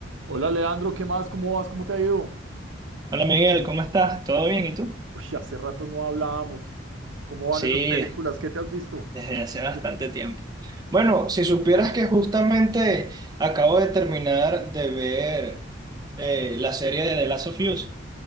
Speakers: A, on the right; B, on the right.
A: Hola Leandro, ¿qué más? ¿Cómo vas? ¿Cómo te ha ido?
B: Hola Miguel, ¿cómo estás? ¿Todo bien? ¿Y tú?
A: Uy, hace rato no hablábamos. ¿Cómo van
B: Sí,
A: esas películas? ¿Qué te has visto?
B: desde hace bastante
A: ¿Tú
B: tiempo. Bueno, si supieras que justamente acabo de terminar de ver eh, la serie de The Last of Us.